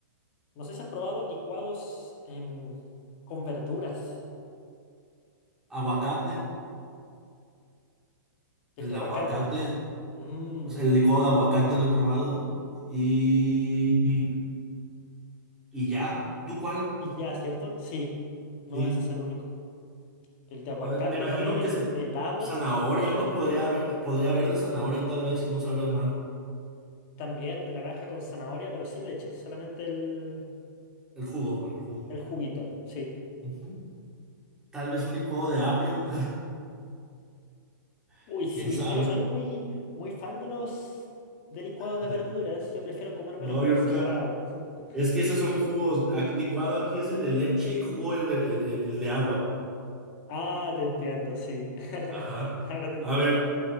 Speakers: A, on the left; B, in the centre.
A: no sé si has probado licuados em, con verduras,
B: Aguacate,
A: el
B: el
A: de
B: aguacate,
A: aguacate. Mm,
B: pues, el licuado de aguacate lo he probado y, y, y ya. ¿Tú cuál?
A: y ya, ¿cierto? Sí, no,
B: Sí.
A: ese es el único. El de aguacate
B: Eh, me imagino
A: también en
B: que se...
A: helados,
B: Zanahoria, ¿no? Podría haber, podría haber de zanahoria tal vez y no sabría mal.
A: también de naranja con zanahoria, pero sin leche, solamente el,
B: El jugo, el jugo.
A: el juguito, sí.
B: Ujú. Tal vez un licuado de apio, <laughs>
A: Uy, sí,
B: quién sabe.
A: yo no soy muy, muy fan de los de licuados de
B: <laughs>
A: verduras, yo prefiero comérmelos
B: No,
A: por
B: yo nunca.
A: separado. <laughs>
B: Es que esos son jugos. A- Licuado aquí es el de leche y jugo el de, el, el- el de agua.
A: Ah, te entiendo, sí. <laughs>
B: Ajá.
A: Ahora te entiendo.
B: A ver,